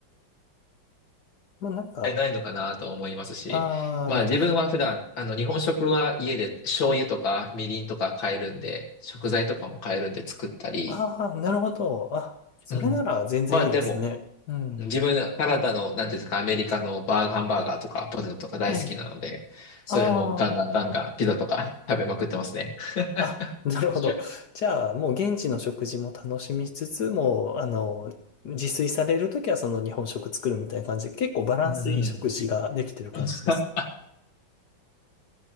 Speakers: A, on the left (about 60°); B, on the left (about 75°).
A: まあ、なんか、
B: りないのかなと思いますし、
A: ああ、
B: まあ自分は普段、あの日本食は家で醤油とかみりんとか買えるんで、食材とかも買えるんで作ったり、
A: ああ、なるほど。あ、それなら全然いいですね。
B: うん。まあでも、
A: うん。
B: 自分、カナダの、なんていうんですか、アメリカのバーガーハンバーガーとかポテトとか大好きなので、
A: ええ、
B: それもガンガンガンガンピザとか食べまくってますね。
A: ああ、あ、なるほど。
B: <laughs>
A: じゃあ、もう現地の食事も楽しみつつ、もう、あの、自炊されるときはその日本食作るみたいな感じで、結構バランスいい食事ができてる感じです。
B: うんうん。<laughs>